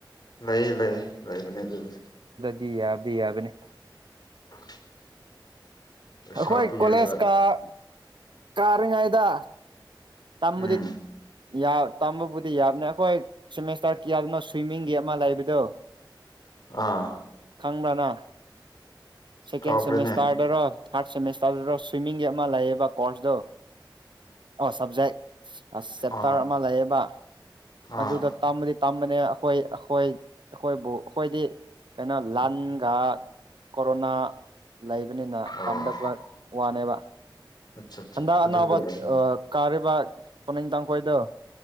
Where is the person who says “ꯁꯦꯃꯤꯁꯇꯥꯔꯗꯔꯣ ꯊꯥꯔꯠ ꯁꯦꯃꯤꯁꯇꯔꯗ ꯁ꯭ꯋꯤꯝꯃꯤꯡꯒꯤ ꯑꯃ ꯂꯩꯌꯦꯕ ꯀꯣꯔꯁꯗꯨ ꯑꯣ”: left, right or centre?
Right